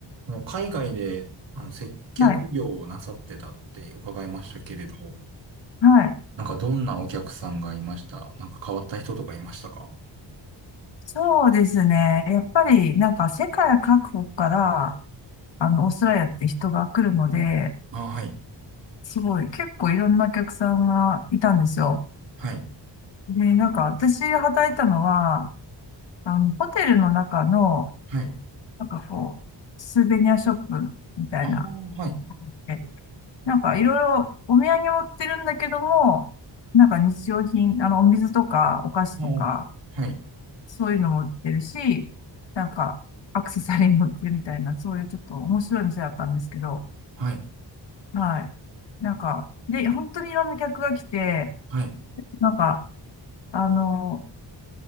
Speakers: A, on the right; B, on the left.
A: あの海外で、あの、接客業をなさってたって伺いましたけれど、
B: はい。はい。
A: なんかどんなお客さんがいましたなんか変わった人とかいましたか
B: そうですね。やっぱり、なんか世界各国から、あの、オーストラリアって人が来るので、
A: ああ、はい。
B: すごい、結構いろんなお客さんがいたんですよ。
A: はい。
B: で、なんか私が働いたのは、あの、ホテルの中の、
A: はい。
B: なんかこう、スーベニアショップみたいな、
A: ああ、はい。
B: えなんかいろいろお土産を売ってるんだけども、なんか日用品、あの、お水とかお菓子とか、
A: もう、はい。
B: そういうのも売ってるし、なんか、アクセサリーも売ってるみたいな、そういうちょっと面白い店だったんですけど、
A: はい。
B: はい。なんか、で、本当にいろんな客が来て、
A: はい。
B: なんか、あの、